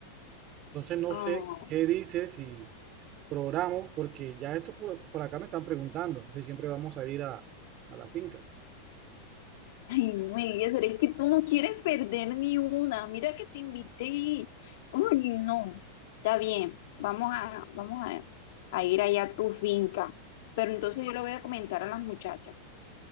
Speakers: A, on the right; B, on the left.
A: Entonces no
B: Ah,
A: sé qué dices si programo, porque ya estos por, por acá me están preguntando si siempre vamos a ir a, a la finca.
B: Ay, no, Eliezer, es que tú no quieres perder ni una. Mira que te invité y... Uy, no. Está bien, vamos a, vamos a, a ir allá a tu finca. Pero entonces yo le voy a comentar a las muchachas.